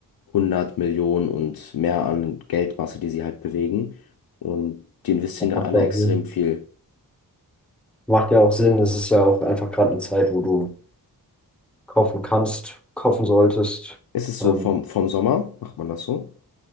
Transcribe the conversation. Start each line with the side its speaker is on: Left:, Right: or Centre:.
Left: hundert Millionen und mehr an Geldmasse, die sie halt bewegen. Und die investieren gerade
Centre: Macht
Left: alle
Centre: ja auch
Left: extrem
Centre: Sinn.
Left: viel.
Centre: Macht ja auch Sinn. Es ist ja auch einfach gerade eine Zeit, wo du kaufen kannst, kaufen solltest.
Left: Ist es so
Centre: Ähm,
Left: vom, vom Sommer? Macht man das so?